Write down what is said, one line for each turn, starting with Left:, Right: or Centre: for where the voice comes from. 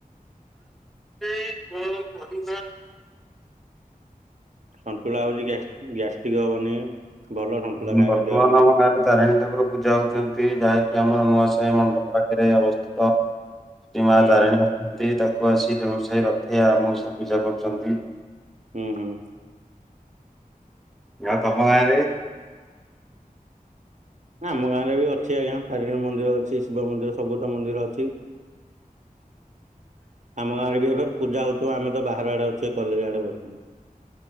Centre: ଏଇ କଣ କହିବା?
Right: ସନ୍ତୁଳା ହୋଉଚି ଗାଷ୍ଟି-ଗ୍ୟାଷ୍ଟ୍ରିକ୍ ହବନି। ଭଲ ସନ୍ତୁଳା
Centre: ଫୁଣି
Right: ଖାଇବା
Centre: ବର୍ତ୍ତମାନ
Right: ଦେହ ପାଇଁ
Centre: ଆମ ଗାଁରେ ତାରିଣୀ ଠାକୁର ପୂଜା ହୋଉଚନ୍ତି ଯାହାକି ଏ ଆମର ନୂଆ ସାହି ମଣ୍ଡପ ପାଖରେ ଅବସ୍ଥିତ ଶ୍ରୀ ମାତାରିଣୀ
Right: ହୁଁ ହୁଁ
Centre: ଅଛନ୍ତି ତା କୁ ଆସି ଦେହୁରୁ ସାହି ରଥିଆ ମଉସା ପୂଜା କରୁଛନ୍ତି।
Right: ହୁଁ ହୁଁ।
Centre: ଯାହୋଉ ତମ ଗାଁରେ
Right: ଆମ ଗାଁରେ ବି ଅଛି ଆଜ୍ଞା ତାରିଣୀ ମନ୍ଦିର ଅଛି, ଶିବ ମନ୍ଦିର, ସବୁ ତ ମନ୍ଦିର ଅଛି। ଆମ ଗାଁରେ ବି ଏବେ ପୂଜା ହୋଉଥୁବ ଆମେ ତ ବାହାର ଆଡେ ଅ ସେ କଲେଜ ଆଡେ ବସିିଥିଲୁ।